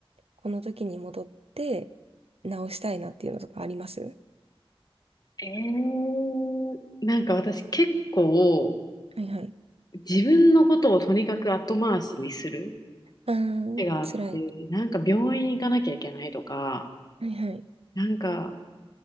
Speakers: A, on the right; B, on the left.
A: この時に戻って直したいなっていうのとかあります
B: えー、なんか私結構
A: はいはい。
B: 自分のことをとにかく後回しにする
A: あー、
B: 癖があって、
A: 辛い。
B: なんか病院行かなきゃいけないとか、
A: はいはい。
B: なんか